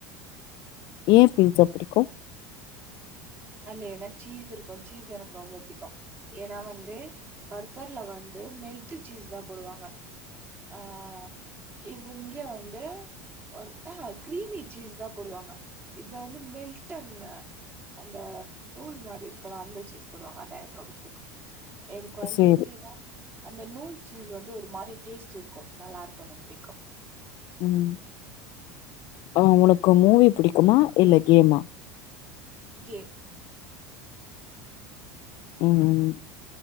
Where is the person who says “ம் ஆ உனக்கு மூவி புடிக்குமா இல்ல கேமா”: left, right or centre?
Left